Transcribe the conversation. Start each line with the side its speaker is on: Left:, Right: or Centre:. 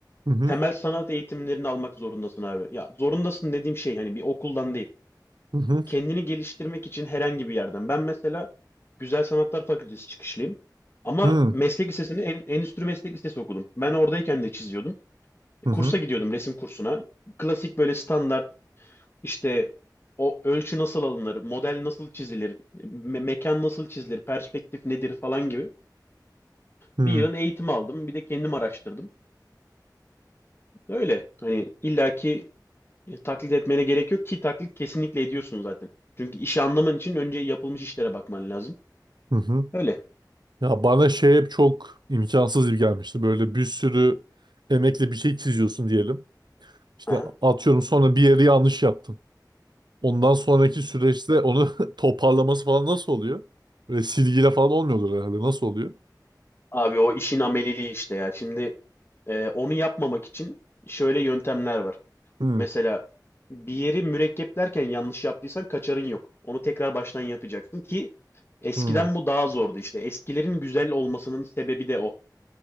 Right: Hı hı
Left: temel sanat eğitimlerini almak zorundasın abi. Ya zorundasın dediğim şey hani bir okuldan değil.
Right: hı hı
Left: Kendini geliştirmek için herhangi bir yerden. Ben mesela Güzel Sanatlar Fakültesi çıkışlıyım. Ama
Right: hı
Left: meslek lisesini en, endüstri meslek lisesi okudum. Ben oradayken de çiziyordum. E,
Right: hı
Left: Kursa gidiyordum resim kursuna. Klasik böyle standart işte o ölçü nasıl alınır, model nasıl çizilir, me- mekan nasıl çizilir, perspektif nedir falan gibi
Right: hı
Left: bir yığın eğitim aldım. Bir de kendim araştırdım. Öyle. Hani illaki E, taklit etmene gerek yok ki taklit kesinlikle ediyorsun zaten. Çünkü işi anlaman için önce yapılmış işlere bakman lazım.
Right: hı. hı.
Left: Öyle.
Right: Ya bana şey hep çok imkansız gibi gelmişti. Böyle bir sürü emekle bir şey çiziyorsun diyelim. İşte
Left: Aha.
Right: atıyorum sonra bir yeri yanlış yaptın. Ondan sonraki süreçte onu <laughs> toparlaması falan nasıl oluyor? Böyle silgiyle falan olmuyordur herhalde. Nasıl oluyor?
Left: Abi o işin ameliliği işte ya. Şimdi e, onu yapmamak için şöyle yöntemler var.
Right: Hı
Left: Mesela bir yeri mürekkeplerken yanlış yaptıysan kaçarın yok. Onu tekrar baştan yapacaksın ki eskiden
Right: hı
Left: bu daha zordu işte. Eskilerin güzel olmasının sebebi de o.